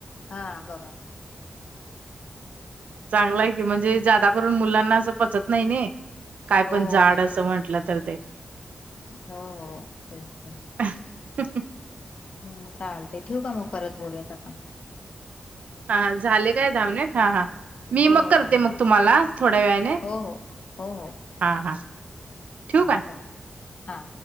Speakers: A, on the left; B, on the right.
A: हा बघा.
B: चांगल हाय की, म्हणजे जादा करून मुलांना असं पचत नाही नी काय
A: हो
B: पण जाड
A: हो म्हणते
B: असं म्हंटलं तर ते
A: हो हो तेच ते
B: अ <unintelligible>
A: हम्म चालते ठेव का मग परत बोलूया आता का?
B: हा झाले काय दहा मिनिट हा हा. मी
A: हो
B: मग
A: हो
B: करते
A: चालेल
B: मग
A: हा
B: तुम्हाला थोड्या वेळाने
A: हो हो हो हो
B: हा हा.. ठेवू
A: हा
B: काय
A: चालत्य हा.